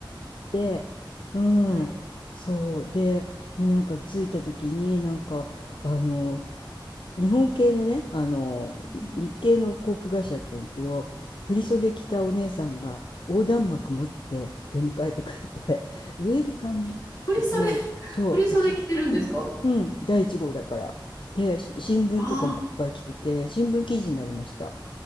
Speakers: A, on the left (about 75°); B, on the left (about 50°).
A: でうんそうでもうなんか着いた時になんかあの
B: はい。
A: 日本系のねあの日系の航空会社だったんですけど振袖着たお姉さんが横断幕持って出迎えてくれて「ウェルカム」うちのそううち
B: うん。ソん振り袖、振り袖着てるんですか
A: うん、第1号だから。で、し新聞とかもいっぱい来てて、
B: あ
A: 新聞記事になりました。